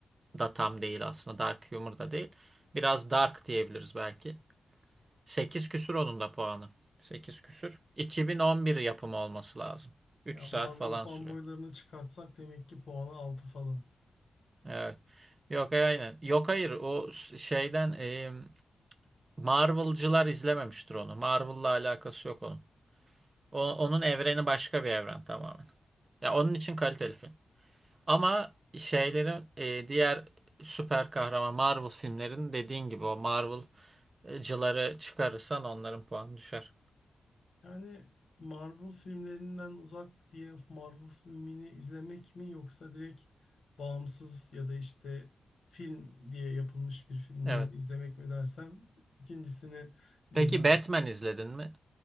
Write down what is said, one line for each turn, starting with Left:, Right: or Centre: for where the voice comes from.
Right: da tam değil aslında. Dark humor da değil. Biraz dark diyebiliriz belki. sekiz küsür onun da puanı. sekiz küsür. 2011 yapımı olması lazım. üç
Left: Ya
Right: saat
Left: Marvel
Right: falan
Left: fanboylarını
Right: sürüyor.
Left: çıkartsak demek ki puanı 6 falan.
Right: Evet. Yok e, aynen. Yok hayır o s- şeyden e, Marvel'cılar izlememiştir onu. Marvel'la alakası yok onun. O- onun evreni başka bir evren tamamen. Ya onun için kaliteli film. Ama şeylerin e, diğer süper kahraman Marvel filmlerin dediğin gibi o Marvel'cıları çıkarırsan onların puanı düşer.
Left: Yani Marvel filmlerinden uzak diye Marvel filmini izlemek mi yoksa direkt bağımsız ya da işte film diye yapılmış bir filmi
Right: Evet.
Left: mi izlemek mi dersen ikincisini derim
Right: Peki Batman
Left: ben.
Right: izledin mi?